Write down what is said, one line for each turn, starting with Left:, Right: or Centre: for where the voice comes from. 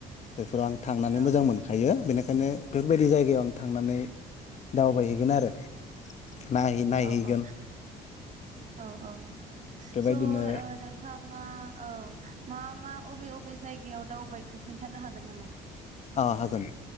Left: बेफोराव आं थांनानै
Right: औ
Left: मोजां मोनखायो बेनि बेनिखायनो बेफोरबायदि जायगायाव आं थांनानै दावबायहैगोन आरो नायहै नायहैगोन
Right: औ औ औ औ
Left: बेबायदिनो
Right: स'ओ नोंथाङा औ। मा मा अबे अबे जायगायाव दावबायखो खोन्थानो हागोन नामा?
Left: औ हागोन